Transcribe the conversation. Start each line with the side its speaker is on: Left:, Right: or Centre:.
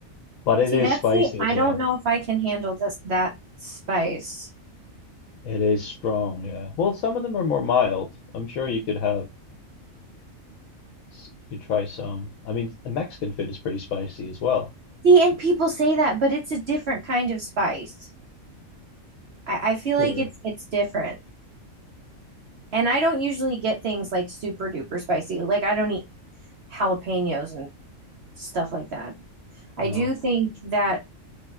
Left: but it
Right: See,
Left: is
Right: that's
Left: spicy
Right: the I
Left: as well.
Right: don't know if I can handle this that spice.
Left: It is strong, yeah. Well, some of them are more mild. I'm sure you could have, s- you could try some. I mean, the Mexican food is pretty spicy as well.
Right: See, and people say that, but it's a different kind of spice. I, I feel
Left: True.
Right: like it's it's different. And I don't usually get things like super duper spicy. Like I don't eat jalapenos and stuff like that.
Left: No.
Right: I do think
Left: <laughs>
Right: that,